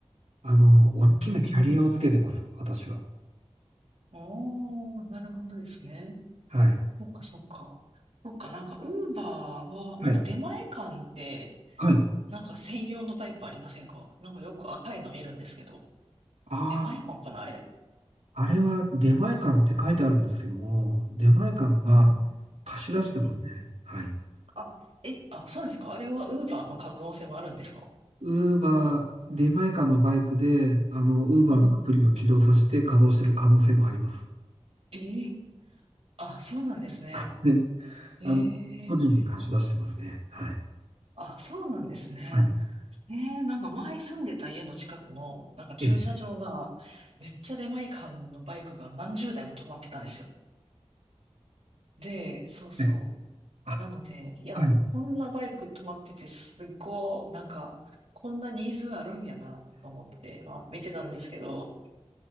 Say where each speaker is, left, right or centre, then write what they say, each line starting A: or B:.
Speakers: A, on the right; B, on the right.
A: あの、大きなキャリアをつけてます、
B: うーん。
A: 私は。
B: ああ、なるほどですね。
A: はい。
B: そっか、そっか。そっか、なんか、ウーバーは、なんか出前館って、
A: はい。はい。
B: なんか専用のバイクありませんかなんかよく赤いの見るんですけど。
A: あ
B: 出前館かな、あれ。
A: あれは出前館って書いてあるんですけども、出前館が貸し出してますね。
B: うん、うん、うん。
A: はい。
B: あ、え、あ、そうですか。あれはウーバーの可能性もあるんですか
A: ウーバー、出前館のバイクで、あの、ウーバーのアプリを起動させて稼働してる可能性もあります。
B: うん、うん。えー、あ、そうなんですね。
A: はい。
B: え
A: あの、個人に貸し出してますね。
B: え
A: はい。
B: あ、そうなんですね。
A: はい。
B: ええなんか前住んでた家の近くの、なんか駐車場が、
A: ええ、
B: めっちゃ出前館のバイクが何十台も止まってたんですよ。で、そうそ
A: はい。あ、
B: う。なので、いや、
A: はい。
B: こんなバイク止まってて、すっごい、なんか、こんなニーズあるんやな、と思って、まあ、見てたんですけど、